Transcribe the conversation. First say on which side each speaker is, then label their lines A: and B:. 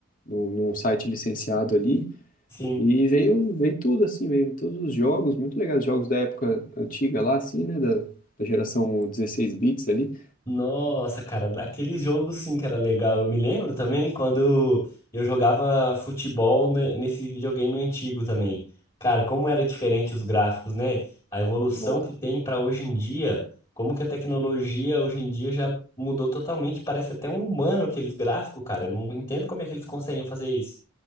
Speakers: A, on the left; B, on the left.
A: num, num site licenciado ali,
B: Sim.
A: e veio, veio tudo, assim, veio todos os jogos, muito legais, jogos da época antiga lá, assim, né, da, da geração 16 bits ali.
B: Nossa, cara, daquele jogo sim que era legal. Eu me lembro também quando eu jogava futebol ne- nesse videogame antigo também. Cara, como era diferente os gráficos, né? A evolução
A: Nossa,
B: que tem pra hoje em dia, como que a tecnologia hoje em dia já mudou totalmente. Parece até um humano aqueles gráficos, cara. Eu não entendo como é que eles conseguem fazer isso.